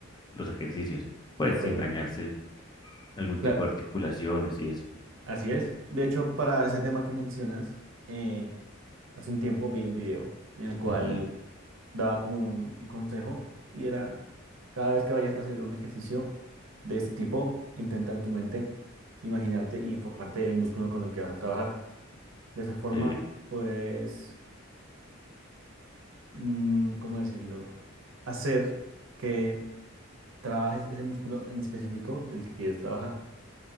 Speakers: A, on the left; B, on the right.
A: los ejercicios, pues
B: de acuerdo.
A: sin dañarse algún tipo
B: Claro,
A: de articulaciones y eso.
B: así es. De hecho, para ese tema que mencionas, eh, hace un tiempo vi un video en el cual
A: Ujú,
B: daba como un un consejo y era, cada vez que vayas a hacer un ejercicio de este tipo, intenta en tu mente imaginarte y enfocarte el músculo con el que vas a trabajar. De esa forma,
A: Ok,
B: pues, mm, ¿cómo decirlo? Hacer que trabajes ese músculo en específico del que quieres trabajar